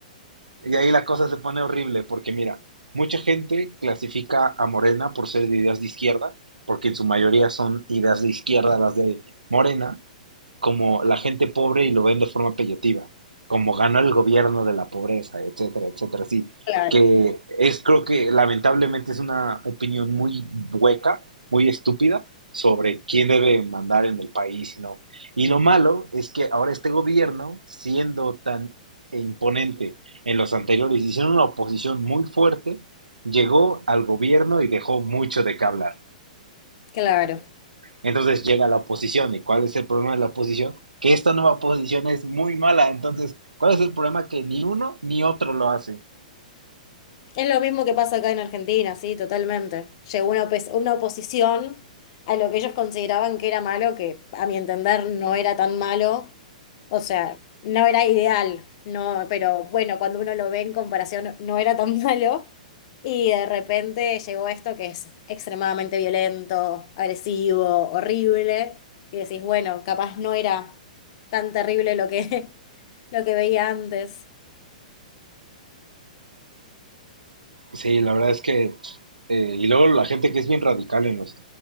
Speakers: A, on the right (about 80°); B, on the left (about 45°).
A: Y ahí la cosa se pone horrible, porque mira, mucha gente clasifica a Morena por ser de ideas de izquierda, porque en su mayoría son ideas de izquierda las de Morena, como la gente pobre y lo ven de forma peyotiva, como ganó el gobierno de la pobreza, etcétera, etcétera, sí,
B: claro,
A: que es creo que lamentablemente es una opinión muy hueca, muy estúpida sobre quién debe mandar en el país y no. Y lo malo es que ahora este gobierno, siendo tan imponente en los anteriores, hicieron una oposición muy fuerte, llegó al gobierno y dejó mucho de qué hablar.
B: claro.
A: Entonces llega la oposición. ¿Y cuál es el problema de la oposición? Que esta nueva oposición es muy mala. Entonces, ¿cuál es el problema? Que ni uno ni otro lo hace.
B: Es lo mismo que pasa acá en Argentina, sí, totalmente. Llegó una, opes- una oposición a lo que ellos consideraban que era malo, que a mi entender no era tan malo, o sea, no era ideal, no, pero bueno, cuando uno lo ve en comparación, no era tan <laughs> malo, y de repente llegó esto que es extremadamente violento, agresivo, horrible, y decís, bueno, capaz no era tan terrible lo que, <laughs> lo que veía antes.
A: Sí, la verdad es que... eh, y luego la gente que es bien radical en los